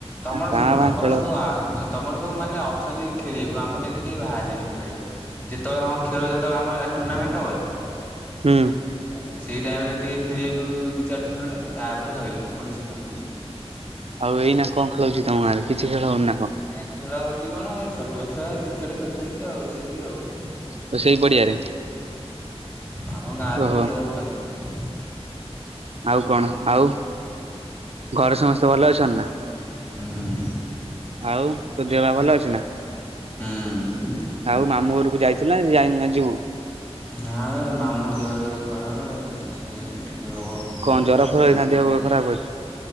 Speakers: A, on the left; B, on the right.
A: ତମର
B: ଆ କାଁ
A: ଶୁନ
B: ଭାଁ
A: ତମର
B: ଖେଳ
A: ସବୁ ଆଗ ତମର ସବୁ ମାନେ ଅଛନ୍ତି ଖେଳିବାକୁ ଆମର ଏଠି କେହି ବାହାରିବେନି ଖେଳିବାକୁ। ଯେତେବେଳେ ହଁ ଖେଳ ଯେତେବେଳେ ଆମର ଟୁର୍ଣ୍ଣାମେଣ୍ଟ ହବନି
B: ହୁଁ
A: ଅ ସେଇ ଟାଇମ୍ ରେ ଟିକେ ଖେଳିଲୁ ଦି ଚାରି ଦିନି ଖଣ୍ଡେ ତାପରେ ସରିଲା ଫୁଣି ସେ ଫାଙ୍କା
B: ଆଉ ଏଇନା କଣ ଖେଳୁଛି ତମ ଗାଁ ରେ? କିଛି ଖେଳ ହୋଉନି ନା କଣ?
A: ଇନା ଖେଳ ହୋଉଚି କଣ ଏ ଛୋଟ ଛୁଆ କ୍ରିକେଟ୍ ଖେଳୁଛନ୍ତି ଆଉ ସେଇଠି ଆଉ। ହଁ
B: ଓ ସେଇ ପଡିଆରେ
A: ଆମ ଗାଁରେ
B: ଓହୋ
A: ସବୁ ଲୋପ ପାଇଯାଇଚନ୍ତି।
B: ଆଉ କଣ ଆଉ ଘରେ ସମସ୍ତେ ଭଲ ଅଛନ୍ତି ନା?
A: ହୁଁ
B: ଆଉ ତୋ ଦେହ ପା ଭଲ ଅଛି ନା?
A: ହୁଁ
B: ଆଉ ମାମୁଁ ଘରକୁ ଯାଇଥିଲୁନା ଆଜି ଯାଇନୁ ନା ଯିବୁ?
A: ନା ବେ ମାମୁଁ ଦେହ ଟିକେ ଖରାପ ସେ <unintelligible>
B: କଣ ଜର ଫର ହେଇକିନା
A: ହଁ
B: ଦେହ ଖରାପ ଅଛି